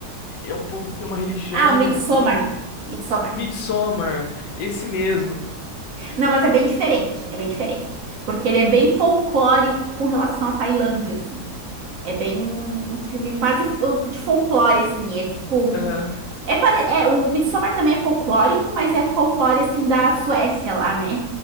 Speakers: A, on the left; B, on the right.
A: é um povo que tem uma religião
B: Ah, o Midsommar.
A: assim,
B: Midsommar.
A: Midsommar, esse mesmo.
B: Não, mas é bem diferente, é bem diferente. Porque ele é bem folclórico com relação à Tailândia, assim. É bem um filme quase de folclore, assim. É tipo,
A: Uhum. Aham,
B: é, pare- é, o Midsommar também é folclórico, mas é folclore assim da Suécia lá, né?